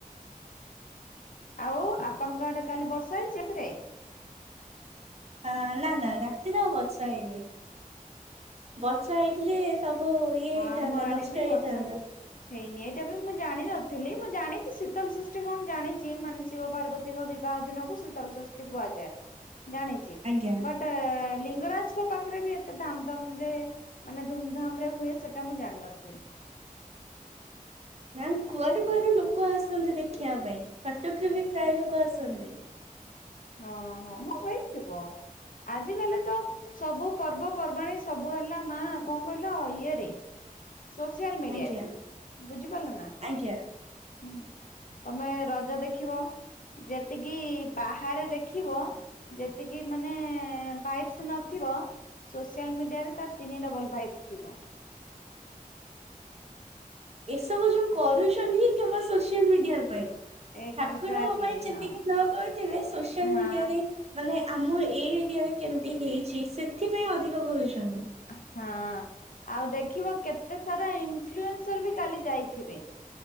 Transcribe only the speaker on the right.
ଆ-ନା -ନା ରାତିରେ ଆଉ ବର୍ଷା ହେଇନି ବର୍ଷା ହେଇଥିଲେ ସବୁ ଇଏ
ହେଇଥାନ୍ତା
ନଷ୍ଟ
ହେଇଥାନ୍ତା।
ଆଜ୍ଞା
ମ୍ୟାମ୍ କୁଆଡ଼େ କୁଆଡ଼େ ଲୋକ ଆସନ୍ତି ଦେଖିବା ପାଇଁ କଟକରୁବି ପ୍ରାୟ ଲୋକ ଆସନ୍ତି।
ଆଜ୍ଞା
ଆଜ୍ଞା
ଏସବୁ ଯଉ କରୁଚନ୍ତି କେବଳ ସୋସିଆଲ୍ ମିଡ଼ିଆ ପାଇଁ।
ଠାକୁରଙ୍କ ପାଇଁ ଯେତିକି
ନ କରୁଥିବେ ସୋସିଆଲ୍
ମିଡ଼ିଆରେ ମାନେ ଆମ ଏଇ ଏରିଆରେ କେମିତି ହେଇଚି ସେଥିପାଇଁ ଅଧିକ କରୁଛନ୍ତି।